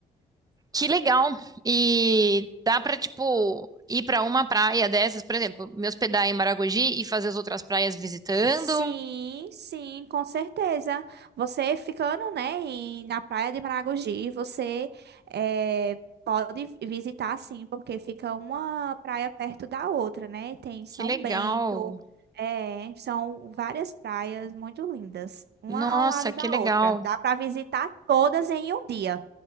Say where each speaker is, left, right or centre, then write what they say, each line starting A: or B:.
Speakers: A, on the right; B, on the right.
A: Que legal! E dá pra, tipo, ir pra uma praia dessas, por exemplo, me hospedar em Maragogi e fazer as outras praias visitando?
B: Sim, sim, com certeza. Você ficando, né, em- na Praia de Maragogi, você eh, pode visitar, sim, porque fica uma praia perto da outra, né? Tem São
A: Que legal!
B: Bento, eh, são várias praias muito lindas, uma
A: Nossa,
B: ao lado da
A: que legal!
B: outra. Dá para visitar todas em um dia.